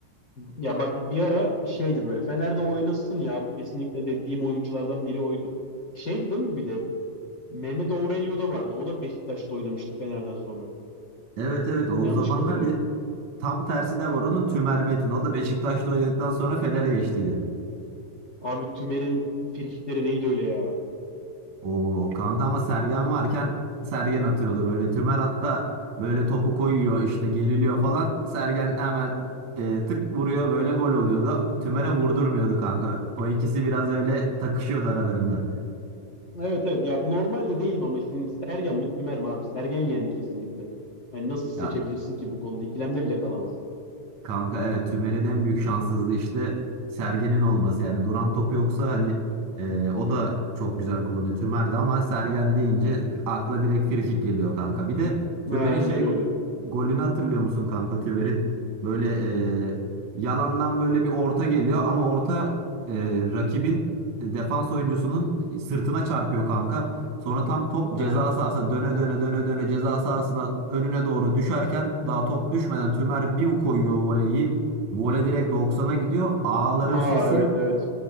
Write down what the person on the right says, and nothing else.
Evet evet o
zamanlar
bir de tam tersi de var onun Tümer Metin. O da Beşiktaş'ta oynadıktan sonra Fener'e geçtiydi.
Oo kanka ama Sergen varken Sergen atıyordu böyle. Tümer hatta böyle topu koyuyor işte geriliyor falan. Sergen hemen e, tık vuruyor böyle gol oluyordu. Tümer'e vurdurmuyordu kanka. O ikisi biraz öyle takışıyordu aralarında.
Ya
Kanka evet Tümer'in en büyük şanssızlığı işte Sergen'in olması. Yani duran topu yoksa hani e, o da çok güzel kullanıyor Tümer de ama Sergen deyince akla direkt frikik geliyor kanka. Bir de Tümer'in
şey go-
golünü hatırlıyor musun kanka Tümer'in? Böyle e, yalandan böyle bir orta geliyor ama orta e, rakibin defans oyuncusunun sırtına çarpıyor kanka. Sonra tam top ceza
sahası döne döne döne döne ceza sahasına önüne doğru düşerken daha top düşmeden Tümer bir koyuyor voleyi. Voley direkt doksan'a gidiyor. Ağların
sesi